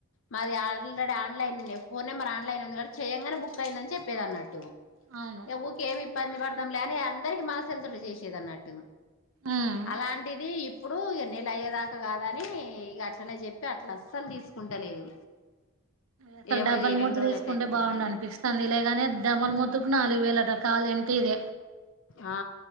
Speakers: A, on the left (about 65°); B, on the right (about 70°).
A: మాది ఆల్రెడ ఆన్లైన్ ఉ ఫోన్ నెంబర్ ఆన్లైన్ ఉంది. చెయ్యంగానే బుక్ అయియందని చెప్పేది అన్నట్టు
B: అవును
A: ఇ ఊకేమి ఇబ్బంది పడతాం లేని అందరికి మా సెల్ తో చేసేది అన్నట్టు,
B: ఉమ్
A: అలాంటిది ఇప్పుడు నెల అయ్యేదాకా కాద అని ఇక అట్లనే చెప్పి అట్లా అస్సలు తీసుకుంటలేదు.
B: అసలు
A: ఏమో
B: డబల్
A: ఈ
B: మొద్దు
A: రెండు రోజులు
B: తీసుకుంటే,
A: అయితే అయిపోతదని
B: బాగుండ అనిపిస్తాంది లేగానే డబల్ మొద్దుకు నాలుగు వేలు అంట కాలి ఏంప్టీ ఇదే
A: ఆ